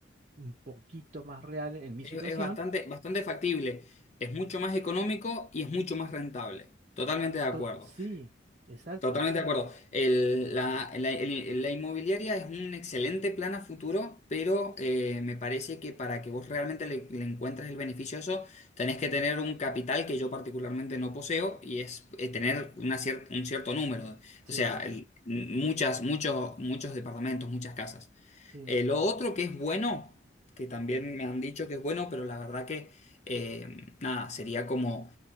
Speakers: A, on the right; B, on the left.
A: un poquito más real en mi
B: Es,
A: situación.
B: es bastante, bastante factible, es mucho más económico y es mucho más rentable. Totalmente de acuerdo.
A: To- sí, exacto,
B: Totalmente de acuerdo. El- la, la- el- la inmobiliaria es un excelente plan a futuro, pero eh, me parece que para que vos realmente le, le encuentres el beneficio a eso, tenés que tener un capital que yo particularmente no poseo y es eh, tener una cier- un cierto número.
A: sí,
B: O sea, Claro. el- muchas, muchos, muchos departamentos, muchas casas.
A: sí.
B: Eh, lo otro que es bueno, que también me han dicho que es bueno, pero la verdad que, eh, nada, sería como...